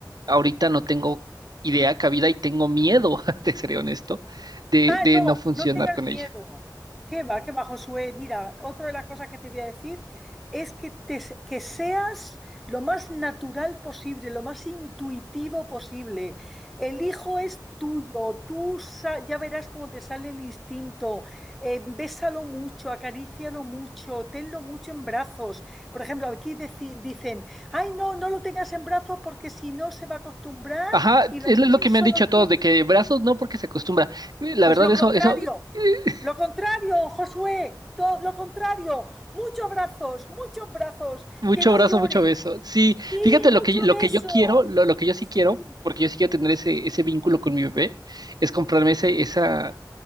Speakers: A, on the right; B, in the centre.
A: ahorita no tengo idea cabida y tengo miedo, <laughs> te seré honesto, de,
B: Ah,
A: de
B: no,
A: no funcionar
B: no tengas
A: con
B: miedo.
A: ella.
B: Qué va, qué va, Josué. Mira, otra de las cosas que te voy a decir es que, te- que seas lo más natural posible, lo más intuitivo posible. El hijo es tuyo, tú sa- ya verás cómo te sale el instinto. Eh, bésalo mucho, acarícialo mucho, tenlo mucho en brazos. Por ejemplo, aquí deci- dicen, ay, no, no lo tengas en brazos porque si no se va a acostumbrar
A: Ajá,
B: y los
A: es
B: niños
A: lo que me
B: solo
A: han dicho todos,
B: quieren...
A: de que brazos no porque se acostumbra. Eh, La
B: Pues
A: verdad,
B: lo
A: eso,
B: contrario.
A: eso, eh,
B: Lo contrario, Josué, todo lo contrario. Muchos brazos, muchos brazos,
A: mucho
B: que no
A: brazo,
B: llore.
A: mucho beso. Sí,
B: Sí,
A: fíjate lo
B: mucho
A: que, lo
B: beso.
A: que yo quiero, lo, lo que yo sí
B: Sí,
A: quiero, porque yo sí quiero tener ese, ese vínculo con mi bebé, es comprarme ese, esa,